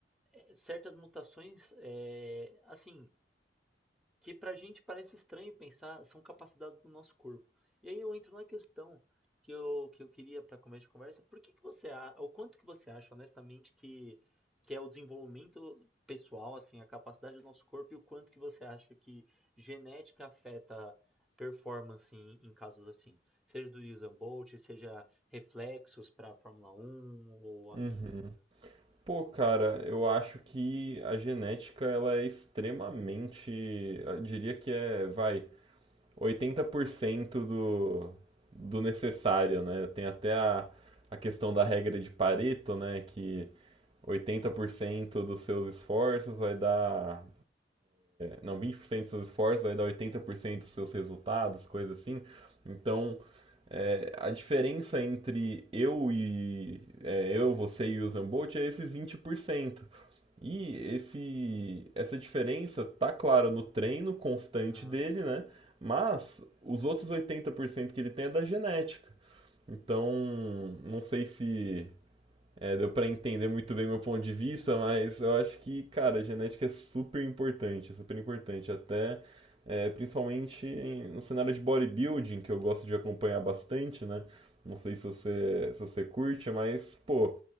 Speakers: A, in the centre; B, on the right.
A: é, certas mutações, é, assim, que para a gente parece estranho pensar, são capacidades do nosso corpo. E aí eu entro na questão que eu, que eu queria para começo de conversa, por que que você, a- o quanto que você acha, honestamente, que, que é o desenvolvimento pessoal, assim, a capacidade do nosso corpo, e o quanto que você acha que genética afeta performance em, em casos assim, seja do Usain Bolt, seja reflexos para Fórmula Um ou afins.
B: Uhum. Pô, cara, eu acho que a genética ela é extremamente, eu diria que é, vai, 80% do, do necessário, né? Tem até a, a questão da regra de Pareto, né, que 80% dos seus esforços vai dar não, 20% dos seus esforços vai dar 80% dos seus resultados, coisa assim. Então, é, a diferença entre eu e é, eu, você e o Usain Bolt é esses 20%. E esse, essa diferença tá clara no treino constante
A: Ah,
B: dele, né? Mas os outros 80% que ele tem é da genética. Então, não sei se é, deu pra entender muito bem meu ponto de vista, mas eu acho que, cara, a genética é super importante, é super importante. Até, é, principalmente no cenário de bodybuilding, que eu gosto de acompanhar bastante, né? Não sei se você, se você curte, mas, pô,